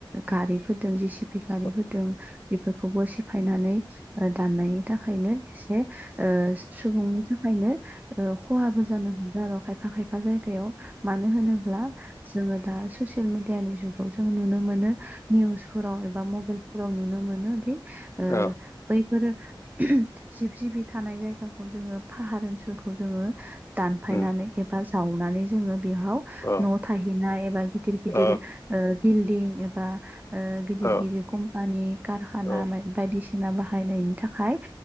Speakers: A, on the right; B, on the left.
A: गारिफोरदों जिसिपि गारिफोरदों
B: उम
A: बेफोरखौबो सिफायनानै ओ दाननायनि थाखायनो एसे <unintelligible> सुबुंनि थाखायनो ओ खहाबो जानो हमदो आर' खायफा खायफा जायगायाव। मानो होनोब्ला जोङो दा सुसियेल मेडियानि जुग जों नुनो मोनो निउसफोराव एबा मबाइलफोराव नुनो मोनो दि
B: औ
A: ओ बैफोरो <inaudible> जिब जिबि थानाय जायगाखौ जोङो फाहार ओनसोलखौ जोङो दानफायनानै
B: उम
A: एबा जावनानै जोङो बेहाव
B: औ
A: न' थाहैनाय एबा गिदिर गिदिर
B: औ
A: ओ बिल्डिं एबा ओ गिदिर
B: औ
A: गिदिर कम्पानि कारखाना
B: औ
A: मै बायदिसिना बाहायनायनि थाखाय